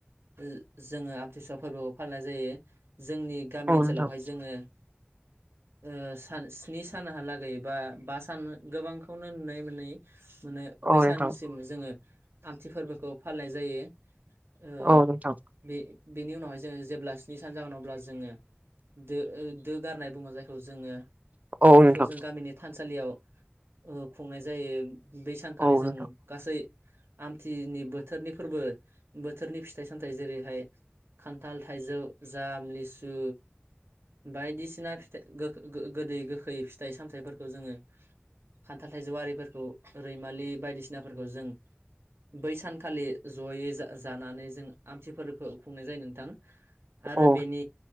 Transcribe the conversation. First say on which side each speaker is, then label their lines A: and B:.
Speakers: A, on the right (about 65°); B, on the right (about 40°).
A: ओ जोङो आमथिसुवा फोरबोखौ फालिनाय जायो जोंनि गामि
B: औ
A: ओनसोलावहाय
B: नोंथां
A: जोङो ओ सानस्नि सानहालागै बा बा सान गोबांखौनो नुनाय मोनैयो मोनो बैसानसिम
B: औ नोंथां
A: जोङो आमथि फोरबोखौ फालिनाय जायो ओ
B: औ नोंथां
A: बे बेनि उनावहाय जोङो जेब्ला स्नि सान जागोन अब्ला जोङो दो ओ दो गारनाय बुङो जायखौ जोङो
B: औ
A: बेखौ
B: नोंथां
A: जों गामिनि थानसालियाव ओ खुंनाय जायो बै सानखालि
B: औ
A: जों
B: नोंथां
A: गासै आमथिनि बोथोरनि फोरबो बोथोरनि फिथाइ सामथायाइ जेरैहाय खान्थाल थाइजौ जाम लिसु बायदिसिना फिथा गोग गोदै गोखै फिथाइ सामथायाइफोरखौ जोङो खान्थाल थाइजौआरिफोरखौ रैमालि बायदिसिनाफोरखौ जों बै सानखालि ज'यै जाजानानै जों आमथिफोरफखौ खुंनाय जायो नोंथां आरो
B: औ
A: बेनि